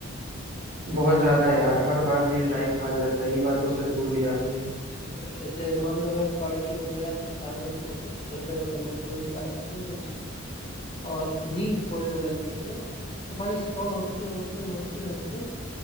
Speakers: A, on the right; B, on the left.
A: बहुत ज्यादा
B: जैसे-
A: यार हर बार रील
B: हम्म,
A: टाइम खा जाता है ये बात तो सच बोली आपने
B: सही कह- जैसे मान लो अगर पढ़ के उठो या कुछ काम करके उठो तो सोचो चलो फोन चला लेते हैं कुछ और रील खोल लो गलती से तो भाई स्क्रॉल होते होते होते होते